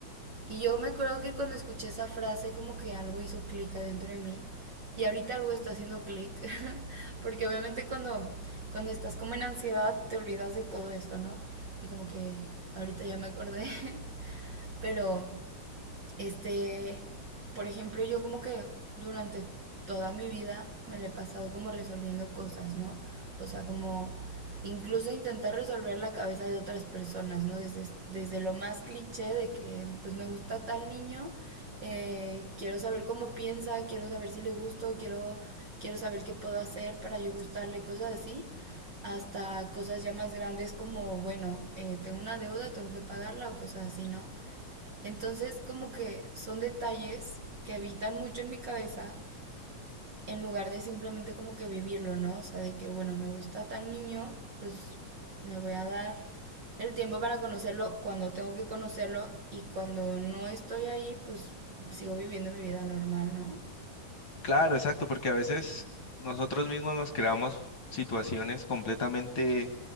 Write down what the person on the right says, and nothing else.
Y yo me acuerdo que cuando escuché esa frase como que algo hizo clic adentro de mí y ahorita algo está haciendo clic, <laughs> porque obviamente cuando, cuando estás como en ansiedad te olvidas de todo eso, ¿no? Y como que ahorita ya me acordé, <laughs> pero este, por ejemplo, yo como que durante toda mi vida me la he pasado como resolviendo cosas, ¿no? O sea, como incluso intentar resolver la cabeza de otras personas, ¿no? Desde, desde lo más cliché de que, pues me gusta tal niño, eh, quiero saber cómo piensa, quiero saber si le gusto, quiero, quiero saber qué puedo hacer para yo gustarle, cosas así, hasta cosas ya más grandes como, bueno, eh, tengo una deuda, tengo que pagarla o cosas así, ¿no? Entonces, como que son detalles que habitan mucho en mi cabeza en lugar de simplemente como que vivirlo, ¿no? O sea, de que, bueno, me gusta tal niño, pues me voy a dar el tiempo para conocerlo cuando tengo que conocerlo y cuando no estoy ahí, pues sigo viviendo mi vida normal, ¿no?